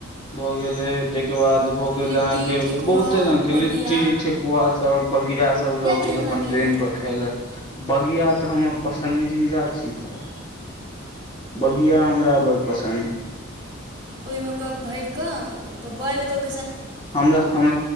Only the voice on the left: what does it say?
भऽ गेले त। के बाद भ गेल
अहाँ के
बहुते रंग के
लिट्टी, ठेकुआ सब, बगिया सब ल
गेल। अपन
ट्रेन
पर खायले, बगिया तऽ हमर पसन्दीदा चीज ह। बगिया हमरा बड़ पसन्द।
हमरा हम,